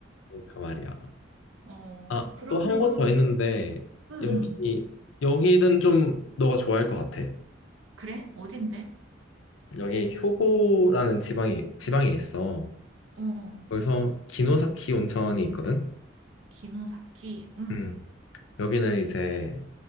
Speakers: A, on the left (about 75°); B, on the right (about 75°).
A: 그러니까 말이야.
B: 어,
A: 아,
B: 그러면,
A: 또 한 곳 더 있는데,
B: 응,
A: 여기,
B: 응.
A: 여기는 좀 너가 좋아할 것 같아.
B: 그래? 어딘데?
A: 여기 효고라는 지방이 지방이 있어.
B: 어,
A: 거기서 기노사키 온천이 있거든.
B: 기노사키, 응.
A: 음. 여기는 이제